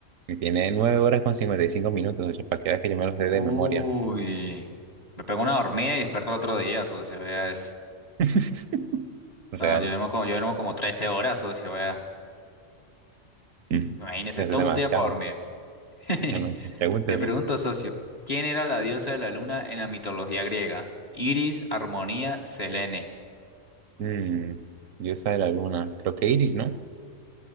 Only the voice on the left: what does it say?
Uy,
me pegó una dormida y despertó el otro día, socio, vea eso.
No, yo duermo como, yo duermo como 13 horas, socio, vea.
Imagínese,
todo
un día para dormir. <laughs>
Le pregunto, socio, ¿quién era la diosa de la luna en la mitología griega? Iris, Armonía, Selene.